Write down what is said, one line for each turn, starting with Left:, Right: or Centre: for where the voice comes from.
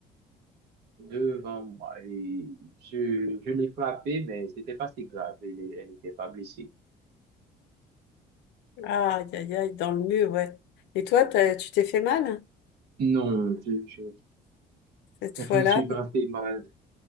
Right: Devant moi, et je, je l'ai frappée, mais c'était pas si grave, elle, elle n'était pas blessée.
Left: aïe, aïe, aïe, dans le mur, ouais. Et toi, t'as- tu t'es fait mal
Right: Non, je, je,
Left: cette
Right: je
Left: fois-là.
Right: ne suis pas fait mal.